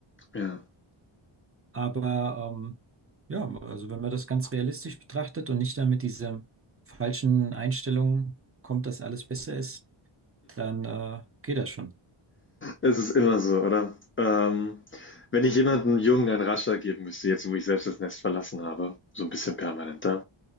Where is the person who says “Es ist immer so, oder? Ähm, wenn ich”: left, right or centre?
Left